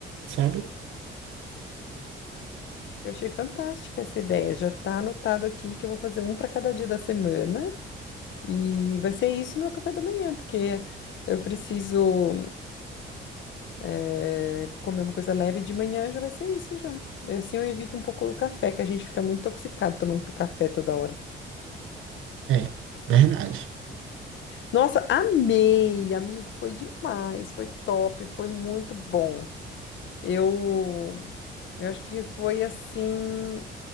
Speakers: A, on the right (about 85°); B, on the left (about 70°).
A: sabe?
B: Eu achei fantástica essa ideia. Já está anotado aqui que eu vou fazer um para cada dia da semana e vai ser isso meu café da manhã, porque eu preciso eh, comer uma coisa leve de manhã, já vai ser isso já. Eu, Assim eu evito um pouco o café, que a gente fica muito intoxicado tomando café toda hora.
A: É, verdade.
B: Nossa, amei, amigo, foi demais, foi top, foi muito bom. Eu, eu acho que foi assim.